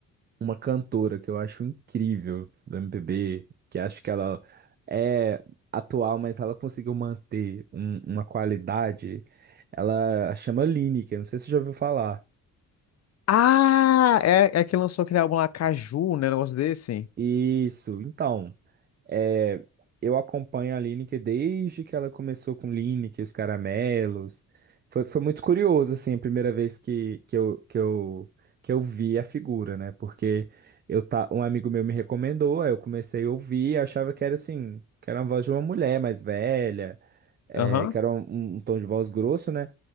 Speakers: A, on the right; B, on the left.
A: uma cantora que eu acho incrível do MPB, que acho que ela é atual, mas ela conseguiu manter um- uma qualidade, ela chama Lineker, não sei se você já ouviu falar.
B: Ah, é, é que lançou aquele álbum lá, Caju, né? um Negócio desse.
A: Isso, então, é, eu acompanho a Lineker desde que ela começou com Lineker, os caramelos. Foi, foi muito curioso, assim, a primeira vez que, que eu, que eu, que eu vi a figura, né? Porque eu tá, um amigo meu me recomendou, aí eu comecei a ouvir, achava que era assim, que era a voz de uma mulher mais velha é,
B: Aham,
A: que era um, um um tom de voz grosso, né?